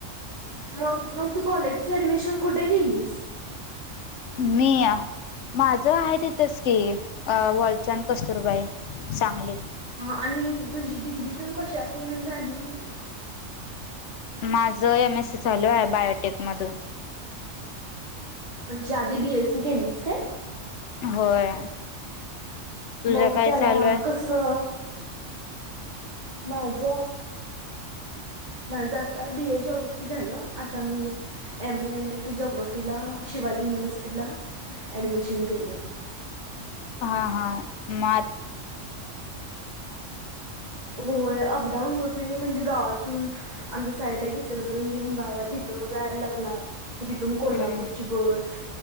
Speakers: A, on the right; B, on the left.
A: मग, मग तू कॉलेजच ऍडमिशन कुठे केलीस?
B: मीया माझं हाय तिथच की, वॉलचांद कस्तुरबाई, सांगली
A: हा आणि तुझी डिग्री त कशातून झाली मग?
B: माझ एम एससी चालू आहे. बायोटेक मधून
A: म्हणजे आधी बीएससी केलीस काय?
B: होय तुझं
A: मग
B: काय
A: त्याला
B: चालू आहे
A: कस? -- माझ माझ आता, बी ए जओग्रफी झालं आता, मी एम एम एसी जोग्रफीला शिवाजी युनिव्हर्सिटीला ऍडमिशन केलं.
B: ह हा हा म
A: होय लॉकडाऊन होत नाही नाही म्हणजे गावातून आमच्या साईड घचल कारण जेव गावात तिथं जायला लागणार मग तिथून कोल्हापूरची
B: हम्म
A: बस